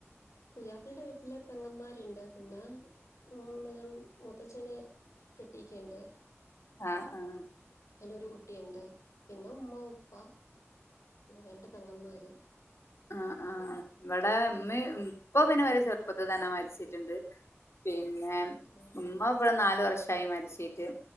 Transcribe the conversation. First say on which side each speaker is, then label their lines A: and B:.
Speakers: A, on the left; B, on the left.
A: പുയാപ്ലന്റെ വീട്ടില് പെങ്ങന്മാരുണ്ട് പിന്നെ ഇങ്ങനെ മുത്തച്ഛന് കെട്ടീക്കിണ്ട്
B: ആഹ് ആഹ്
A: അയിന് ഒരു കുട്ടിയൊണ്ട് പിന്നെ ഉമ്മ ഉപ്പ രണ്ട് പെങ്ങമാര്
B: ആഹ് ആഹ് ഇവടെ
A: ഉം,
B: ഇമ്മിം ഉപ്പ പിന്നെ ഇവരെ ചെറുപ്പത്ത് തന്നെ മരിച്ചിട്ടുണ്ട് പിന്നെ
A: ഉം.
B: ഉമ്മ ഇപ്പ നാല് വർഷായി മരിച്ചിട്ട്